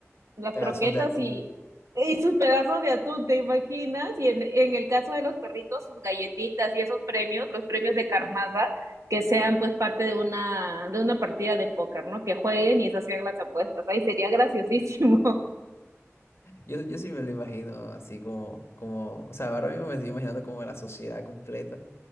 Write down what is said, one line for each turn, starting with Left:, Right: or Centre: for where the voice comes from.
Right: las
Left: pedazos
Right: croquetas
Left: de atún.
Right: y, y sus pedazos de atún, ¿te imaginas? Y en, en el caso de los perritos, sus galletitas y esos premios, los premios de carnaza, que sean pues parte de una, de una partida de póker, ¿no? Que jueguen y esas sean las apuestas. Ahí sería graciosísimo. <laughs>
Left: Yo, yo sí me lo imagino así como, como, o sea, ahora mismo me estoy imaginando como la sociedad completa